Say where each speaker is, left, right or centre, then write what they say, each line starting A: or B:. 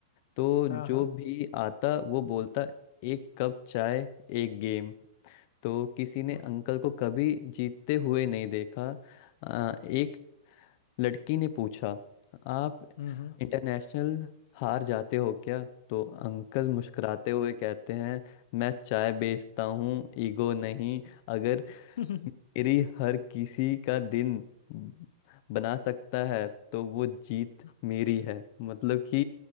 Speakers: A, on the left; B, on the left.
A: तो
B: हाँ
A: जो
B: हाँ
A: भी आता वो बोलता एक कप चाय एक गेम तो किसी ने
B: हम्म
A: अंकल को कभी जीतते हुए नहीं देखा आ, एक लड़की ने पूछा आप
B: हम्म हम्म,
A: इंटरनेशनल हार जाते हो क्या तो अंकल मुस्कुराते हुए कहते हैं मैं चाय बेचता हूँ ईगो नहीं अगर
B: हम्म,
A: मेरी हर किसी का दिन ब- बना सकता है तो वो जीत
B: <laughs>
A: मेरी है मतलब कि